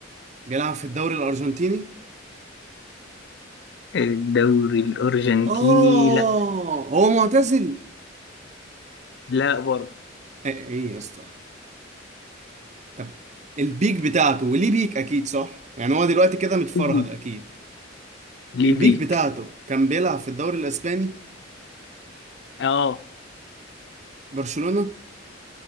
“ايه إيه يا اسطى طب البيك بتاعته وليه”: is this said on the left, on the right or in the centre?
Right